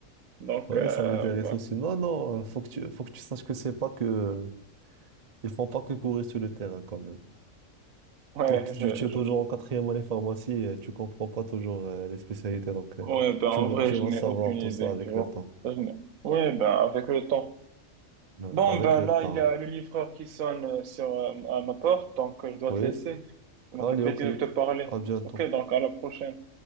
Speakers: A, on the right (about 80°); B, on the right (about 35°).
A: Donc,
B: Ouais,
A: euh,
B: ça m'intéresse
A: ben,
B: aussi. Non, non, euh, faut que tu, faut que tu saches que c'est pas que... Ils font pas que courir sur le terrain, quand même.
A: ouais,
B: Toi, tu,
A: je,
B: tu es toujours
A: je,
B: en quatrième année pharmacie et tu comprends pas toujours euh, les spécialités. Donc, euh,
A: ouais, ben,
B: tu
A: en
B: vas,
A: vrai,
B: tu
A: je
B: vas
A: n'ai
B: savoir
A: aucune idée,
B: tout ça avec
A: tu vois.
B: le temps.
A: Je n'ai- ouais, ben, avec le temps.
B: Ouais.
A: Bon,
B: Avec
A: ben
B: le
A: là,
B: temps.
A: il y a le livreur qui sonne euh, sur euh, à ma porte, donc euh, je dois
B: Oui.
A: te laisser. Ça m'a
B: Allez,
A: fait plaisir
B: ok.
A: de te parler.
B: À bientôt.
A: Ok, donc à la prochaine.